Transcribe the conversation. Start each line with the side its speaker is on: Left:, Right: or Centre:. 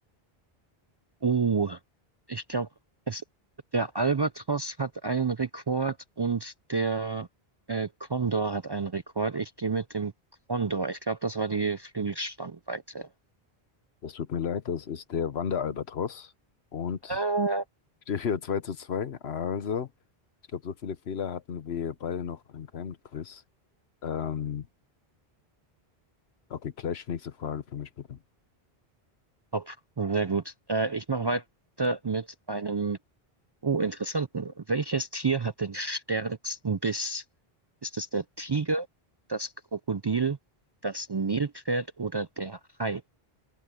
Right: Oh, ich glaube, es der Albatros hat einen Rekord und der äh, Kondor hat einen Rekord. Ich gehe mit dem Kondor. Ich glaube, das war die Flügelspannweite.
Left: Das tut mir leid, das ist der Wanderalbatros und
Right: Äh,
Left: <laughs> steht hier 2 zu 2. Also, ich glaube, so viele Fehler hatten wir beide noch in keinem Quiz. Ähm, okay, gleich nächste Frage für mich bitte.
Right: Top, sehr gut. Äh, ich mache weiter mit einem, oh, interessanten. Welches Tier hat den stärksten Biss? Ist es der Tiger, das Krokodil, das Nilpferd oder der Hai?